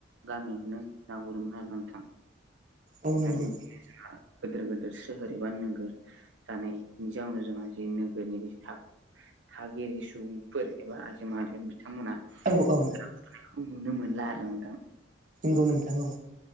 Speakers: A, on the right; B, on the right.
A: गामियावनो ना गुरोमोन आरो नोंथां।
B: औ नंगौ
A: आरो <unintelligible> गोदोर गोदोर सोहोर एबा नोगोर जानायनि जाउनाव जोंहा जि नोगोरनि था थागिरि सुबुंफोर एबा आजि <unintelligible> थांमोना
B: औ औ
A: ना गुरनायखौ नुनो मोनला आरो नोंथां।
B: औ नोंथां औ।